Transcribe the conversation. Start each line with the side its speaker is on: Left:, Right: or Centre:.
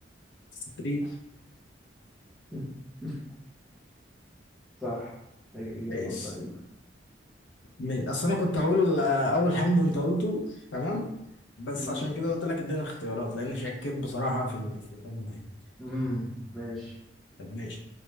Left: ستريت
Centre: <laughs> صح إج- إجابة
Left: ماشي
Centre: صحيحة
Left: ما- اصل انا كنت هقول آه، اول حمد انت قلته تمام بس
Centre: مم.
Left: عشان كده قلت لك اديني اختيارات لان شكيت بصراحه في ال- في الامر يعني
Centre: مم. ماشي
Left: طب ماشي